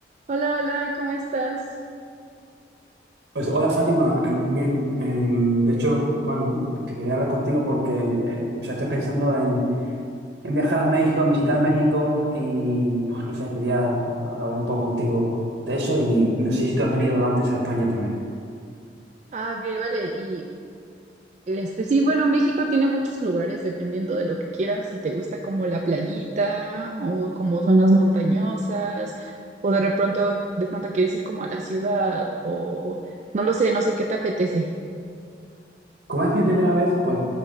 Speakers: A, on the right (about 40°); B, on the right (about 65°).
A: Hola, hola, ¿cómo estás?
B: Pues hola Fátima, eh, muy bien. Eh, de hecho, bueno, que quería hablar contigo porque eh, o sea, estoy pensando en, en viajar a México, en visitar México y pues no sé, quería hablar un poco contigo de eso y no sé si tú has venido antes a España también.
A: Ah, ok, vale. Y este, sí, bueno, México tiene muchos lugares dependiendo de lo que quieras, si te gusta como la playita o como zonas montañosas o de pronto, de pronto quieres ir como a la ciudad o no lo sé, no sé qué te apetece.
B: Como es mi primera vez, pues